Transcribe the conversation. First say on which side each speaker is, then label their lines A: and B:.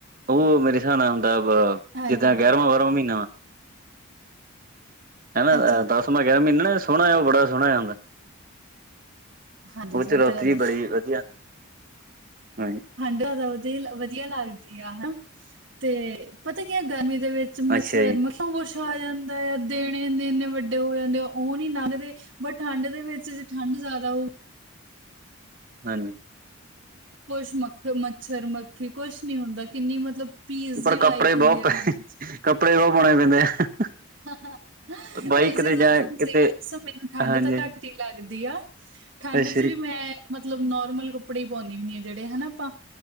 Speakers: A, on the right (about 40°); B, on the right (about 55°).
A: ਉਹ ਮੇਰੇ ਹਿਸਾਬ ਨਾਲ ਹੁੰਦਾ ਅ ਬ
B: ਹਾਂਜੀ
A: ਜਿੱਦਾ
B: ਹਾਂਜੀ
A: ਗਿਆਰਵਾਂ ਬਾਹਰਮਾਂ ਮਹੀਨਾ ਵਾ। ਹੈਨਾ
B: ਅੱਛਾ
A: ਦਸਮਾਂ ਗਿਆਰਾਂ ਮਹੀਨਾ ਨਾ ਸੋਹਣਾ ਆ ਉਹ ਬੜਾ ਸੋਹਣਾ ਆ ਹੁੰਦਾ।
B: ਹਾਂਜੀ,
A: ਉਹ
B: ਸਰ
A: ਚ
B: ਇਹ
A: ਰੁੱਤ
B: ਤਾਂ ਗੱਲ
A: ਜੀ
B: ਠੰਡ
A: ਬੜੀ ਵਧੀਆ ਹੁੰਦੀ। ਹਾਂਜੀ
B: ਜ਼ਿਆਦਾ ਵਧੀਆ-ਵਧੀਆ ਲੱਗਦੀ ਆ ਹਨਾ, ਤੇ ਪਤਾ ਕੀ ਗਰਮੀ ਦੇ ਵਿੱਚ ਮੱਛਰ
A: ਅੱਛਾ ਜੀ
B: ਮੱਖੀ ਬਹੁਤ ਕੁਝ ਆ ਜਾਂਦਾ ਐ, ਦਿਨ ਇੰਨੇ- ਇੰਨੇ ਵੱਡੇ ਹੋ ਜਾਂਦੇ ਆ ਉਹ ਨੀ ਲੰਘਦੇ। ਬਟ ਠੰਡ ਦੇ ਵਿੱਚ ਜੇ ਠੰਡ ਜ਼ਿਆਦਾ ਹੋਊ।
A: ਹਾਂਜੀ।
B: ਕੁੱਛ ਮੱਖ ਮੱਛਰ ਮੱਖੀ ਕੁਛ ਨੀ ਹੁੰਦਾ ਕਿੰਨੀ ਮਤਲਬ। ਪੀਸ
A: ਪਰ
B: ਜੀ ਲਾਈਫ
A: ਕੱਪੜੇ
B: ਹੁੰਦੀ
A: ਬਹੁਤ
B: ਹੈ
A: ਪ
B: ਠੰਡ
A: ਕੱਪੜੇ ਬਹੁਤ ਪਾਉਣੇ ਪੈਂਦੇ ਆ।
B: ਹਾਂ ਹ
A: ਬਾਈਕ
B: ਵੈਸੇ
A: ਤੇ
B: ਜੇ
A: ਜਾਂ
B: ਸੋਨੂੰ
A: ਕਿਤੇ
B: ਸਹੀ ਗੱਲ ਦੱਸਾ ਮੈਨੂੰ ਠੰਢ
A: ਹਾਂਜੀ
B: ਤਾਂ ਘੱਟ ਲੱਗਦੀ ਆ, ਠੰਡ
A: ਅੱਛਾ
B: ਚ
A: ਜੀ
B: ਵੀ ਮੈਂ ਮਤਲਬ ਨੋਰਮਲ ਕੱਪੜੇ ਹੀ ਪਾਉਂਨੀ ਹੁੰਨੀ ਆਂ ਜਿਹੜੇ ਹਨਾ ਆਪਾਂ